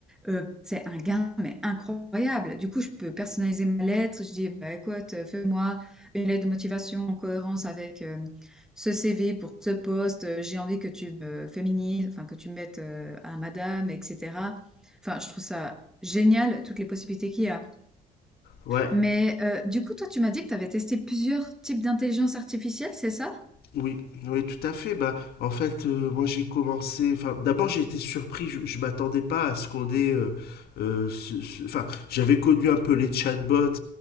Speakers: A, in the centre; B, on the left.
A: Heu, c'est un gain, mais incroyable. Du coup, je peux personnaliser ma lettre. Je dis: «Bah, écoute, heu, fais-moi une lettre de motivation en cohérence avec, hem, ce CV pour ce poste, heu, j'ai envie que tu me féminises, enfin que tu me mettes, heu, à madame et cetera». Enfin, je trouve ça génial, toutes les possibilités qu'il y a.
B: Ouais.
A: Mais, heu, du coup, toi, tu m'as dit que tu avais testé plusieurs types d'intelligence artificielle, c'est ça?
B: Oui, oui, tout à fait. Bah, en fait, euh, moi j'ai commencé. Enfin, d'abord j'ai été surpris. Je, je m'attendais pas à ce qu'on ait. euh, euh, ce- ce- Enfin, j'avais connu un peu les chatbots